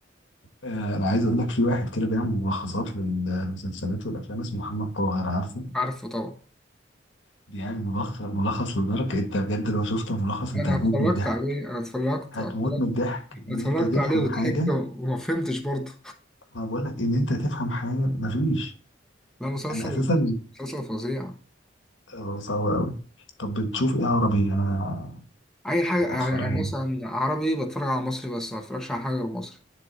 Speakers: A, on the left (about 80°); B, in the centre.
A: آه، انا عايز اقول لك في واحد كده بيعمل ملخصات للمسلسلات والافلام اسمه محمد طاهر عارفه
B: عارفه طبعا
A: بيعمل ملخص ملخص لدرجة إيه؟ انت بجد لو شفت الملخص انت
B: انا
A: هتموت
B: اتفرجت
A: من الضحك
B: عليه انا اتفرجت
A: هتموت
B: اتفرجت
A: من الضحك ان
B: اتفرجت
A: انت تفهم
B: عليه وضحكت
A: حاجة
B: وما فهمتش برضه
A: ما بقول لك ان انت تفهم حاجة مفيش
B: لا مسلسل
A: انا اساسا
B: مسلسل فظيع
A: آه، صعب قوي طب بتشوف ايه عربي انا
B: اي حاجه
A: مؤخرا
B: آه، يعني مثلا عربي بتفرج على مصري بس ما اتفرجش على حاجه غير مصري